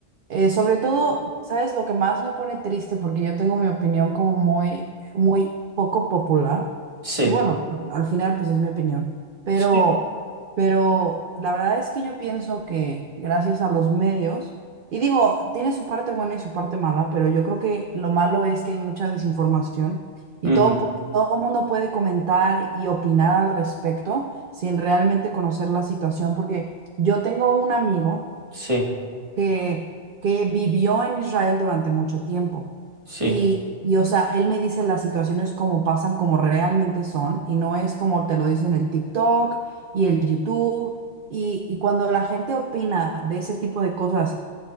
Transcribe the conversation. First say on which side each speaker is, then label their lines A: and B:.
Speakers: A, on the right; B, on the right.
A: Eh, sobre todo, ¿sabes lo que más me pone triste? Porque yo tengo mi opinión como muy, muy poco popular.
B: Sí,
A: Y bueno, al final, pues es mi opinión. Pero,
B: sí,
A: pero la verdad es que yo pienso que gracias a los medios, y digo, tiene su parte buena y su parte mala, pero yo creo que lo malo es que hay mucha desinformación y
B: ujú,
A: todo, pu- todo el mundo puede comentar y opinar al respecto sin realmente conocer la situación, porque yo tengo un amigo
B: sí,
A: que, que vivió en Israel durante mucho tiempo
B: sí.
A: y, y, o sea, él me dice las situaciones como pasan, como realmente son y no es como te lo dicen el TikTok y el YouTube y, y cuando la gente opina de ese tipo de cosas